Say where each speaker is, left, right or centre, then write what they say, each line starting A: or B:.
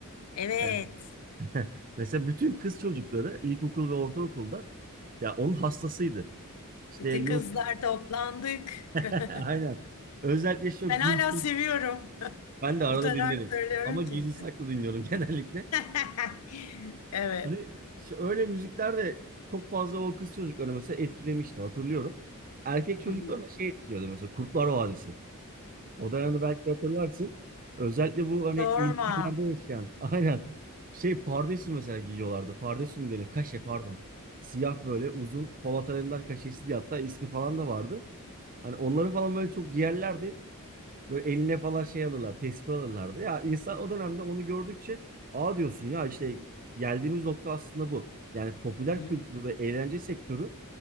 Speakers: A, on the left (about 80°); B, on the right (about 40°).
A: Evet.
B: Evet. <laughs> Mesela bütün kız çocukları ilkokul ve ortaokulda Ya onun hastasıydı. İşte
A: Bütün
B: yok.
A: kızlar toplandık.
B: <laughs> Aynen.
A: <laughs>
B: Özellikle çok
A: Ben
B: gülçin.
A: hala seviyorum. <laughs>
B: Ben de arada
A: Utanarak
B: dinlerim.
A: söylüyorum
B: Ama gizli
A: ki.
B: saklı dinliyorum <laughs> genellikle.
A: <laughs> Evet.
B: Hani şu- öyle müzikler de çok fazla o kız çocukları mesela etkilemişti hatırlıyorum. Erkek
A: Hı
B: çocukları
A: hı.
B: da şey etkiliyordu mesela Kurtlar Vadisi. O dönemde belki hatırlarsın. Özellikle bu hani
A: Sorma.
B: ilçelerde yaşayan. <laughs> Aynen. Şey pardesü mesela giyiyorlardı. Pardesü mü denir? Kaşe pardon. Siyah böyle uzun Polat Alemdar kaşesi diye hatta ismi falan da vardı. Hani onları falan böyle çok giyerlerdi. Böyle eline falan şey alırlar, tespih alırlardı. Ya insan o dönemde onu gördükçe aa diyorsun ya işte geldiğimiz nokta aslında bu. Yani popüler
A: Hı hı.
B: kültürü ve eğlence sektörü